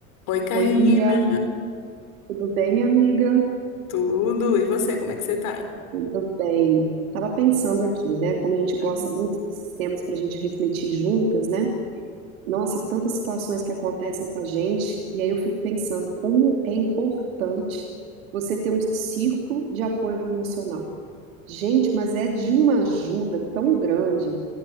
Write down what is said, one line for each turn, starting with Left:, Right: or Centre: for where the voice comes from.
Left: Oi, Karina.
Right: Oi, Bia, tudo bem, minha amiga?
Left: Tudo? E você, como é que você tá?
Right: Tudo bem. Tava pensando aqui, né? Como a gente gosta
Left: Uhum.
Right: muito desses temas para a gente refletir juntas, né? Nossa, tantas situações que acontecem com a gente, e aí eu fico pensando como é importante você ter um círculo de apoio emocional. Gente, mas é de uma ajuda tão grande